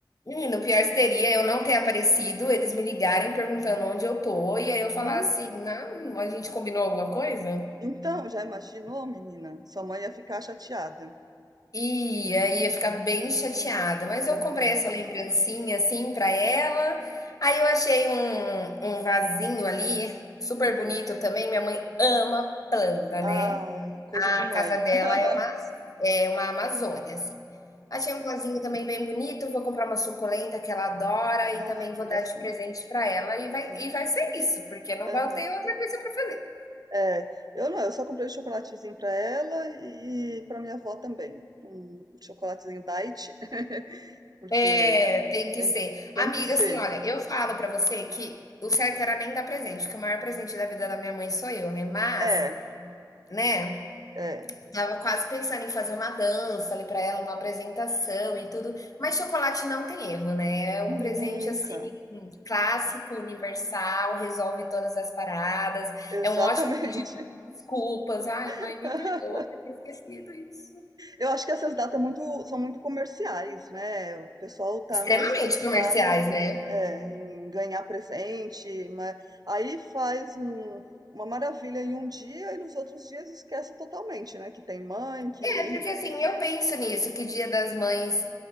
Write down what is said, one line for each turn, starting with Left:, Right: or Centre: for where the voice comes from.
Left: Menino, o pior seria eu não ter aparecido, eles me ligarem perguntando onde eu tô, e aí eu falar
Right: Hum?
Left: assim, não, a gente combinou alguma coisa?
Right: Então, já imaginou, menina? Sua mãe ia ficar chateada.
Left: Ia, ia ficar bem chateada, mas eu
Right: Aham.
Left: comprei essa lembrancinha assim pra ela. Aí eu achei um, um vasinho ali, super
Right: Hum.
Left: bonito também. Minha mãe ama planta, né?
Right: Ai, coisa
Left: A
Right: de mãe.
Left: casa dela
Right: <laughs>
Left: é uma, é uma Amazônia, assim. Achei um vasinho também bem bonito. Vou comprar uma suculenta que ela adora
Right: Ai,
Left: e também
Right: que
Left: vou
Right: gracinha.
Left: dar de presente pra ela. E vai,
Right: É,
Left: e vai ser isso, porque não
Right: aham.
Left: vai ter outra coisa pra fazer.
Right: É, eu não, eu só comprei um chocolatezinho pra ela e pra minha avó também. Um chocolatezinho diet, <laughs> porque
Left: É, tem que
Right: tem,
Left: ser. Amiga,
Right: tem que ser.
Left: assim, olha, eu falo pra você que o certo era nem dar presente, que o maior presente da vida da minha mãe sou eu, né? Mas,
Right: É,
Left: né,
Right: é,
Left: tava quase pensando em fazer uma dança ali pra ela, uma apresentação e tudo. Mas chocolate não tem erro, né? É um
Right: nunca.
Left: presente assim clássico, universal, resolve todas as paradas.
Right: Exatamente.
Left: É um ótimo pedido de desculpas. Ai,
Right: <laughs>
Left: mãe, me perdoa por ter esquecido isso.
Right: Eu acho que essas datas é muito, são muito comerciais, né? O pessoal tá
Left: Extremamente
Right: mais preocupado,
Left: comerciais, né?
Right: é, em ganhar presente, mas aí faz um- uma maravilha em um dia e nos outros dias esquece totalmente, né? Que tem mãe, que.
Left: É, porque assim, eu penso nisso, que Dia das Mães